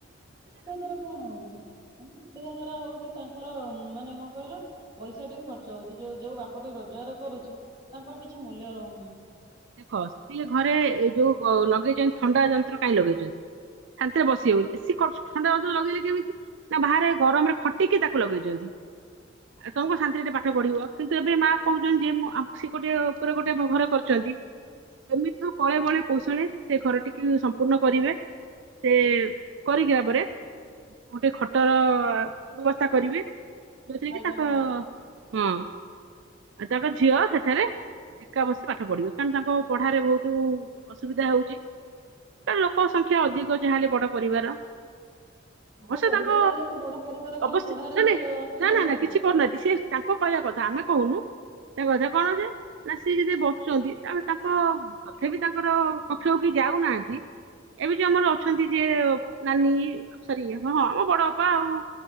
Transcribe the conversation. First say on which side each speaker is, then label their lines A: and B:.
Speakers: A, on the right; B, on the right.
A: ତାଙ୍କ ଦ୍ଵାରା କଣ ହଉଚୁ? <unintelligible> ଏମିତି ପଢିବା ଦ୍ଵାରା ହଉଚି ତାଙ୍କର ଉଁ ମାନେ କଣ କହିଲ ପଇସା ଠି ଖର୍ଚ୍ଚ ହଉଚି ଯୋଉ ଯୋଉ ବାପା ଟି ରୋଜଗାର କରୁଚି ତାଙ୍କର କିଛି ମୂଲ୍ୟ ରହୁନା
B: ଦେଖ ସିଏ ଘରେ ଯୋଉ ଅ, ଲଗେଇଚନ୍ତି। ଥଣ୍ଡା ଯନ୍ତ୍ର କାଇଁ ଲଗେଇଚନ୍ତି? ଶାନ୍ତିରେ ବସିବେ ବୋଲି ଏ ସି ଫର୍ଚ ଥଣ୍ଡା ଯନ୍ତ୍ର ଲଗେଇଲେ କେମିତି ନା ବାହାରେ ଗରମରେ ଖଟିକି ତାକୁ ଲଗେଇଚନ୍ତି। ଏ ତୋମକୁ ଶାନ୍ତିରେେ ଟିକେ ପା ପାଠ ପଢିବ କିନ୍ତୁ ଏବେ ମା କହୁଚନ୍ତି ଯେ ମୁ- ଆ, ସେ ଗୋଟେ ଉପରେ ଗୋଟେ ଭ-ଘର କରିଚନ୍ତି। ସେମିତି ହଉ କଳେ ବଳେ କୌଶଳେ ସେ ଘର ଟିକେ ସମ୍ପୂର୍ଣ୍ଣ କରିବେ। ସେ କରିକିି ବା ପରେ ଗୋଟେ ଖଟର ବ୍ୟବସ୍ଥା କରିବେ। ଯାଉଥିରେ
A: ଆୟୋଜନ
B: କି ତାଙ୍କ
A: କରେ
B: ହଁ। ଆଉ ତାଙ୍କ ଝିଅ ସେଠାରେ ଏକା ବସି ସେ ପାଠ ପଢିବେ କାରଣ ତାଙ୍କ ପଢାରେ ବହୁତୁ ଅସୁବିଧା ହଉଚି। ତ ଲୋକ ସଂଖ୍ୟା ଅଧିକ ଯାହା ହେଲେ ବଡ ପରିବାର। ଅବଶ୍ୟ
A: ବଡ ପରିବାର
B: ତାଙ୍କ
A: ହେଲେ ବି ବଡ ପରିବାର କଣ
B: ଅବଶ୍ୟ
A: ପଢାରେ
B: ନାଇଁ
A: ବି
B: ନାଇଁ
A: ଅସୁବିଧା
B: ନା
A: କରୁଛନ୍ତି।
B: ନା କିଛି କରୁନାହାନ୍ତି। ସିଏ ତାଙ୍କ କହିବା କଥା ଆମେ କହୁନୁ ତା କଥା କଣ ଯେ ନା ସିଏ ଯଦି ବ ସୁଚନ୍ତି ଆ ତାଙ୍କ ତଥା ବି ତାଙ୍କର କକ୍ଷକୁ କେଇ ଯାଉ ନାହାନ୍ତି। ଏବେ ଯୋଉ ଆମର ଅଛନ୍ତି ଯେ ନାନୀ ସରି ହଁ ହଁ ଆମ ବଡ ଅପା ଆଉ।